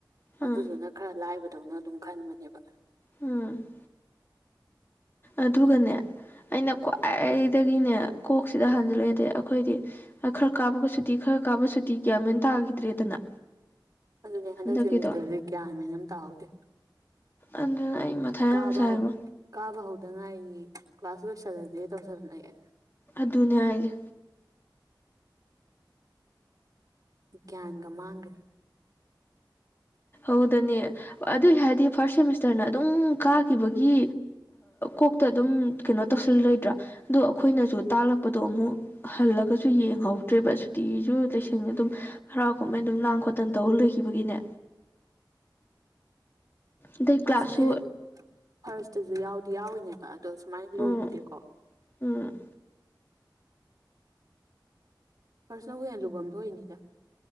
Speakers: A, on the left (about 30°); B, on the right (about 50°).
A: ꯑꯥ
B: ꯑꯗꯨꯗꯨꯅ ꯈꯔ ꯂꯥꯏꯕꯗꯧꯅ ꯑꯗꯨꯝ ꯈꯟꯕꯅꯦꯕ
A: ꯎꯝ ꯑꯗꯨꯒꯅꯦ ꯑꯩꯅ ꯈ꯭ꯋꯥꯏꯗꯒꯤꯅꯦ ꯀꯣꯛꯁꯤꯗ ꯍꯥꯟꯖꯤꯜꯂꯣ ꯌꯥꯗꯦ ꯑꯩꯈꯣꯏꯗꯤ ꯈꯔ ꯀꯥꯕꯒ ꯁꯨꯇꯤ ꯈꯔ ꯀꯥꯕ ꯁꯨꯇꯤ ꯀꯌꯥꯟꯃꯦꯟ ꯇꯥꯈꯤꯗ꯭ꯔꯦꯗꯅ
B: ꯑꯗꯨꯅꯦ ꯍꯟꯗꯛ
A: ꯍꯟꯗꯛꯀꯤꯗꯣ
B: ꯁꯦꯃꯤꯁꯇꯔꯗꯨ ꯀꯌꯥꯥꯟꯃꯦꯟ ꯑꯃ ꯇꯥꯍꯧꯗꯦ
A: ꯑꯗꯨꯅꯦ ꯑꯩ ꯃꯊꯥ
B: ꯀꯥꯕ
A: ꯌꯥꯝ ꯁꯥꯏꯉꯣ
B: ꯀꯥꯕ ꯍꯧꯗ ꯉꯥꯢꯔꯤ ꯀꯂ꯭ꯥꯁ ꯂꯣꯏꯁꯤꯜꯂꯥꯁꯦ ꯇꯧꯁꯜꯂꯛꯑꯦ
A: ꯑꯗꯨꯅꯦ ꯍꯥꯏꯁꯤ
B: ꯒ꯭ꯌꯥꯟꯒ ꯃꯥꯡꯈ꯭ꯔꯦ
A: ꯑꯗꯅꯦ ꯑꯗꯨꯏ ꯍꯥꯏꯗꯤ ꯐꯥꯁꯠ ꯁꯦꯃꯤꯁꯇꯔꯅ ꯑꯗꯨꯝ ꯀꯥꯈꯤꯕꯒꯤ ꯀꯣꯛꯇ ꯑꯗꯨꯝ ꯀꯩꯅꯣ ꯇꯧꯁꯜꯂ ꯂꯣꯏꯗ꯭ꯔꯥ ꯑꯗꯣ ꯑꯩꯈꯣꯏꯅꯁꯨ ꯇꯥꯛꯂꯛꯄꯗꯣ ꯑꯃꯨꯛ ꯍꯜꯂꯒꯁꯨ ꯌꯦꯡꯍꯧꯗ꯭ꯔꯦꯕ ꯁꯨꯇꯤꯁꯨ ꯂꯩꯁꯤꯟꯉꯦ ꯑꯗꯨꯝ ꯍꯔꯥꯎ-ꯀꯨꯝꯍꯩ ꯑꯗꯨꯝ ꯂꯥꯡ ꯈꯣꯠꯇꯟ ꯇꯧ ꯂꯩꯈꯤꯕꯒꯤꯅꯦ ꯑꯗꯩ ꯀ꯭ꯂꯥꯁꯁꯨ
B: ꯑꯁꯤꯖꯦ ꯐꯥꯔꯁꯇꯖꯨ ꯌꯥꯎꯗꯤ-ꯌꯥꯎꯋꯤꯅꯦꯕ ꯑꯗꯣ ꯁꯨꯃꯥꯏꯅ ꯂꯨꯒꯤꯗꯦꯀꯣ
A: ꯎꯝ ꯎꯝ
B: ꯐꯥꯁ ꯅꯕꯨ ꯍꯦꯟꯅ ꯂꯨꯐꯝ ꯊꯣꯛꯏꯅꯤꯗ